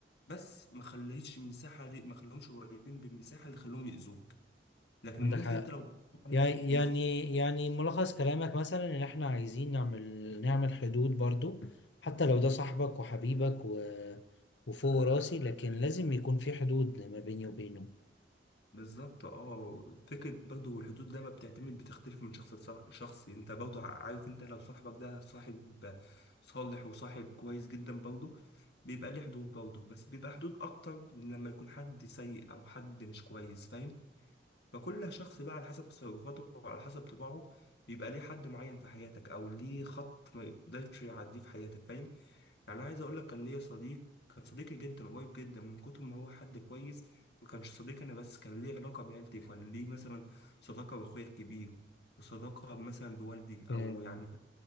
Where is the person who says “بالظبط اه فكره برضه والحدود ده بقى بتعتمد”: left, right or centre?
Left